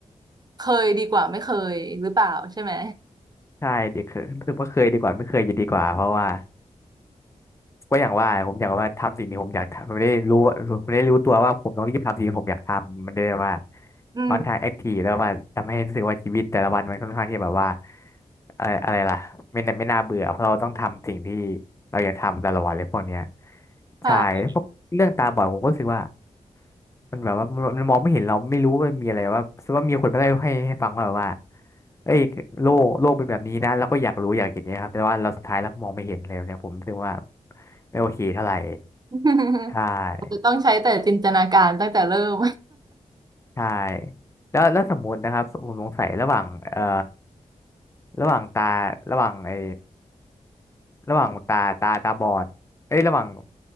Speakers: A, on the right; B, on the left.
A: เคยดีกว่าไม่เคยหรือเปล่าใช่ไหม
B: ใช่ดีคือรู้สึกว่าเคยดีกว่าไม่เคยจะดีกว่าเพราะว่า ก็อย่างว่าผมอยากว่าทำสิ่งที่ผมอยากทำผมได้รู้ว่าผมได้รู้ตัวว่าผมต้องรีบทำสิ่งที่ผมอยากทำมันได้ว่า
A: อืม
B: ออนทางแอคทีฟแล้วม่าทำให้รู้สึกว่าชีวิตแต่ละวันมันค่อนข้างที่แบบว่าเอ่ออะไรล่ะไม่น่าไม่น่าเบื่อเพราะเราต้องทำสิ่งที่เราอยากทำแต่ละวันเลยพวกเนี้ย
A: ค่ะ
B: ใช่พวกเรื่องตาบอดผมก็รู้สึกว่า มันแบบว่ามันมันมองไม่เห็นเราไม่รู้ว่ามนมีอะไรว่าสมมติว่ามีคนมาเล่าให้ให้ฟังว่าแบบว่าเอ้ยโลกโลกเป็นแบบนี้นะเราก็อยากรู้อยากเห็นเนี่ยครับแต่ว่าเราสุดท้ายเราก็มองไม่เห็นเลยเนี่ยผมคิดึกว่าไม่โอเคเท่าไหร่
A: <laughs>
B: ใช่
A: อาจจะต้องใช้แต่จินตนาการตั้งแต่เริ่ม
B: ใช่แล้วแล้วสมมตินะครับผมสงสัยระหว่างเอ่อระหว่างตาระหว่างไอ้ระหว่างตาตาตาบอดเอ้ยระหว่าง